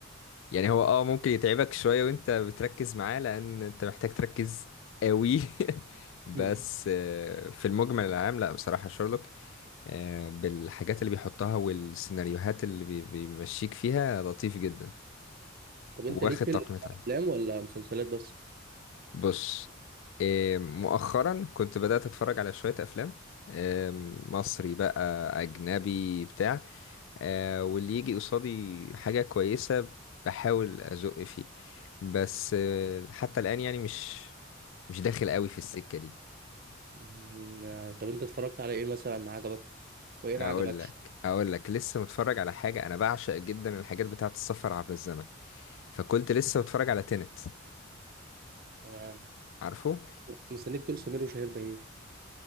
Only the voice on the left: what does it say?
يعني هو آه ممكن يتعبك شوية وأنت بتركز معاه لأن أنت محتاج تركز قوي <laughs> بس
آه، في المجمل العام لا بصراحة شارلوك آه، بالحاجات اللي بيحطها والسيناريوهات اللي بي- بيمشيك فيها لطيف جدا
واخد
تقييمات
عالية
بص إيه، مؤخرا كنت بدأت أتفرج على شوية أفلام إيه، مصري بقى أجنبي بتاع آه، واللي يجي قصادي حاجة كويسة بحاول أزق فيه بس آه، حتى الآن يعني مش مش داخل قوي في السكة دي
أقول
لك أقول لك لسه متفرج على حاجة أنا بعشق جدا الحاجات بتاعة السفر عبر الزمن فكنت لسه متفرج على تينت
عارفه